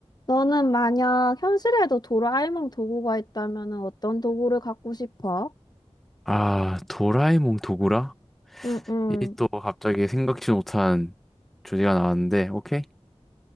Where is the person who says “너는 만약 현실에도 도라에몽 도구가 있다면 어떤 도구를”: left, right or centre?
Left